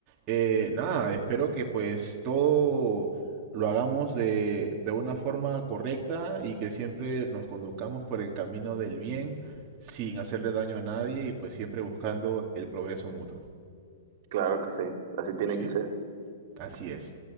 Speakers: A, on the right; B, on the right.
A: Eh, nada, espero que pues todo lo hagamos de, de una forma correcta y que siempre nos conduzcamos por el camino del bien sin hacerle daño a nadie y pues siempre buscando el progreso mutuo,
B: Claro que sí. Así tiene
A: ¿sí?
B: que ser.
A: Así es.